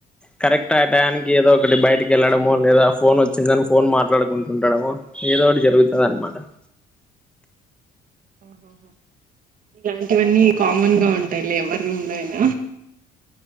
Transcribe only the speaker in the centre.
కరెక్ట్ ఆ టైనికి ఏదో ఒకటి బయటకి వెళ్లడమో లేదా ఫోన్ వచ్చింది అని ఫోన్ మాట్లాడుకుంటు ఉండడము ఏదో ఒకటి జరుగుతది అనమాట